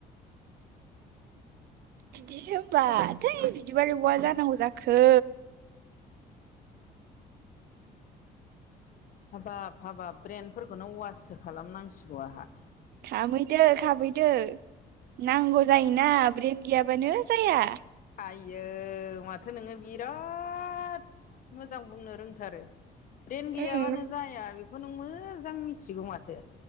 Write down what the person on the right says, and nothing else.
बिदिसो होमबा थै बिदिबालाय बहा जानांगौ जाखो।
खामहैदो खामहैदो नांगौ जायोना ब्रेन गैयाबानो जाया।
उम